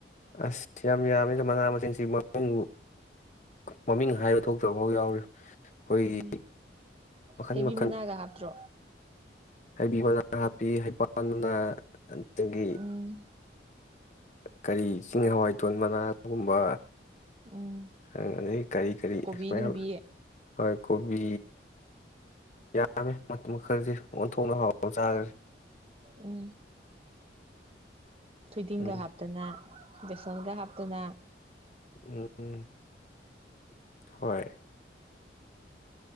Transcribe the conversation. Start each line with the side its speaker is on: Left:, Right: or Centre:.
Left: ꯑꯁ ꯌꯥꯝ ꯌꯥꯝꯃꯤ ꯑ ꯃꯅꯥ ꯃꯁꯤꯡꯁꯤ ꯃꯃꯤꯡꯕꯨ ꯃꯃꯤꯡ ꯍꯥꯏꯕ ꯊꯣꯛꯇꯕꯐꯥꯎ ꯌꯥꯎꯔꯤ ꯑꯩꯈꯣꯏꯒꯤ
Right: ꯎꯝ
Left: ꯃꯈꯟ
Right: ꯊꯩꯕꯤ
Left: ꯃꯈꯟ
Right: ꯃꯅꯥꯒ ꯍꯥꯞꯇ꯭ꯔꯣ
Left: ꯍꯩꯕꯤ ꯃꯅꯥ ꯍꯥꯞꯄꯤ ꯍꯩꯄꯥꯜꯅ ꯇꯒꯤꯤ
Right: ꯎꯝ
Left: ꯀꯔꯤ ꯆꯤꯡ ꯍꯋꯥꯏ ꯇꯣꯟ ꯃꯅꯥꯒꯨꯝꯕ
Right: ꯎꯝ
Left: ꯑꯗꯨꯗꯒꯤ ꯀꯔꯤ ꯀꯔꯤ
Right: ꯀꯣꯕꯤ
Left: ꯃꯌꯥꯝ
Right: ꯅꯨꯡꯕꯤ
Left: ꯍꯣꯏ ꯀꯣꯕꯤ ꯌꯥꯃꯤꯦ ꯃ ꯃꯈꯔꯖꯤ ꯑꯃꯨꯛ ꯊꯣꯡꯅ ꯍꯥꯎꯕ ꯆꯥꯈ꯭ꯔꯦ
Right: ꯎꯝ ꯊꯣꯏꯗꯤꯡꯒ
Left: ꯎꯝ
Right: ꯍꯥꯞꯇꯅ ꯕꯦꯁꯣꯟꯒ ꯍꯥꯞꯇꯨꯅ
Left: ꯎꯝ ꯍꯣꯏ